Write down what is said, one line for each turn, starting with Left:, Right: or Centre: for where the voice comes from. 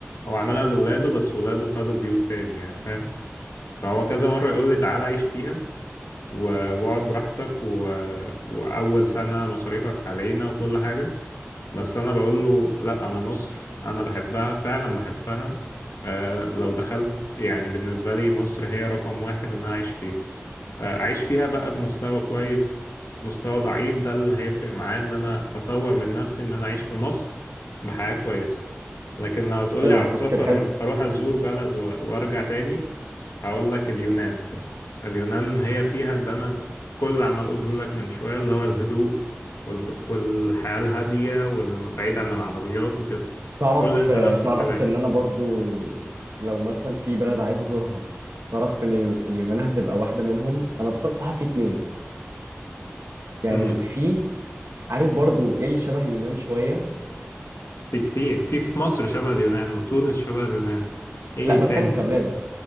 Left: هو عملها لولاده بس ولاده خدوا بيوت تاني يعني فاهم فهو كذا مرة يقول لي تعالى عيش فيها و- واقعد براحتك و... وأول سنة مصاريفك علينا وكل حاجة بس انا بقول له لا انا مصر انا بحبها فعلا بحبها آه لو دخلت يعني بالنسبة لي مصر هي رقم واحد ان انا اعيش فيها اعيش فيها بقى بمستوى كويس مستوى ضعيف ده اللي هيفرق معايا ان انا اطور من نفسي ان انا اعيش في مصر بحياة كويسة لكن لو هتقولي
Right: حلو
Left: على
Right: تفكير
Left: السفر
Right: حلو
Left: أر- اروح ازور بلد و- وارجع تاني هقول لك اليونان اليونان هي فيها اللي انا كل اللي عمال اقوله لك من شوية اللي هو الهدوء والب... والحياة الهادية والبعيد عن العربيات وكده
Right: تعرف
Left: قول لي انت نفس
Right: تعرف
Left: الكلام
Right: ان انا برضو لو مثلا في بلد عايز ازورها تعرف ان اليو- اليونان هتبقى واحده منهم انا بصراحه في اتنين يعني
Left: امم
Right: في عارف برضو ايه اللي شبه اليونان شويه
Left: في كتير في في مصر شبه اليونان وتونس شبه اليونان ايه
Right: لا
Left: تاني
Right: بتكلم كبلاد